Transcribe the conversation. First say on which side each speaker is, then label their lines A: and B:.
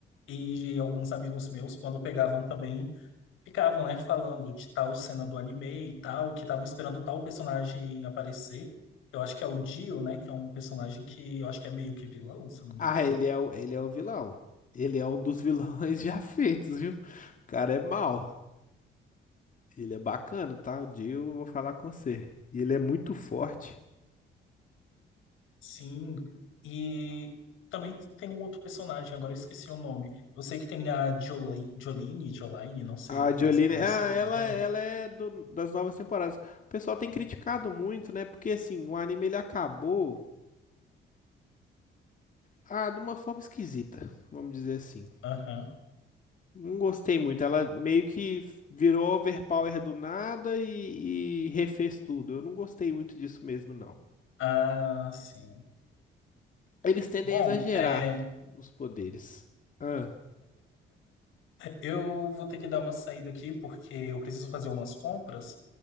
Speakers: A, on the left; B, on the left.
A: E alguns amigos meus, quando pegavam também, ficavam, né, falando de tal cena do anime e tal, que estavam esperando tal personagem aparecer. Eu acho que é o Dio, né, que é um personagem que eu acho que é meio que vilão, se eu não me
B: Ah,
A: engano.
B: ele é o, ele é o vilão. Ele é um dos vilões <laughs> já feitos, viu? O cara é mau. Ele é bacana, tá? Um dia eu vou falar com você. E ele é muito forte.
A: Sim. E também tem um outro personagem, agora eu esqueci o nome. Eu sei que tem a Jolie, Jolene, Jolaine, não sei
B: A
A: como
B: Jolene,
A: é que você pronuncia
B: ah,
A: o
B: ela,
A: nome dela.
B: ela é do- das novas temporadas. O pessoal tem criticado muito, né? Porque assim, o anime ele acabou Ah, de uma forma esquisita, vamos dizer assim.
A: Aham.
B: Não gostei muito. Ela meio que virou overpower do nada e, e refez tudo. Eu não gostei muito disso mesmo, não.
A: Ah, sim.
B: Eles tendem
A: Bom,
B: a exagerar
A: é,
B: nos poderes. Ah.
A: Eu vou ter que dar uma saída aqui porque eu preciso fazer umas compras,